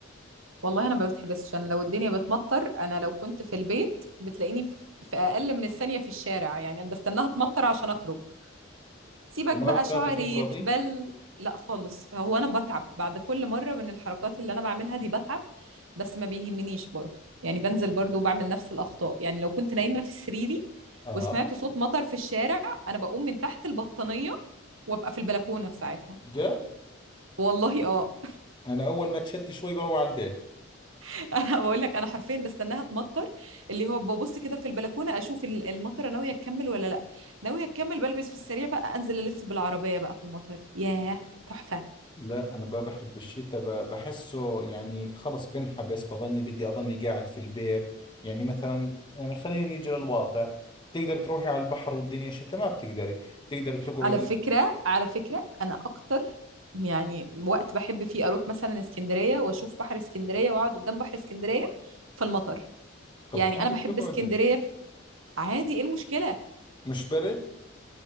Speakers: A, on the right (about 85°); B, on the left (about 25°).
A: والله انا ما بتحبسش انا لو الدنيا بتمطر انا لو كنت في البيت بتلاقيني في في اقل من الثانيه في الشارع يعني انا بستناها تمطر عشان اخرج سيبك
B: وما
A: بقى
B: بتخافي
A: شعري
B: تمرضي؟
A: يتبل لا خالص هو انا بتعب بعد كل مره من الحركات اللي انا بعملها دي بتعب بس ما بيهمنيش برضو يعني بنزل برضو وبعمل نفس الاخطاء يعني لو كنت نايمه في سريري
B: آه
A: وسمعت صوت مطر في الشارع انا بقوم من تحت البطانيه وابقى في البلكونه في ساعتها
B: جد؟
A: والله اه
B: انا اول ما تشتي شوي بروح على البيت
A: <laughs> انا بقول لك انا حرفيا بستناها تمطر اللي هو ببص كده في البلكونه اشوف ال- المطره ناويه تكمل ولا لا ناويه تكمل بلبس في السريع بقى انزل الف بالعربيه بقى في المطر ياه تحفه
B: لا انا ما بحب الشتاء ب- بحسه يعني خلص بنحبس بظني بدي اظني قاعد في البيت يعني مثلا يعني خلينا نيجي للواقع تقدر تروحي على البحر والدنيا شتاء ما بتقدري تقدر تقعدي
A: على فكرة على فكرة أنا أكتر يعني وقت بحب فيه أروح مثلا اسكندرية وأشوف بحر اسكندرية وأقعد قدام بحر اسكندرية فالمطر
B: طب
A: يعني
B: كيف بدك
A: أنا بحب
B: تقعدي
A: اسكندرية ف- عادي إيه المشكلة؟
B: مش برد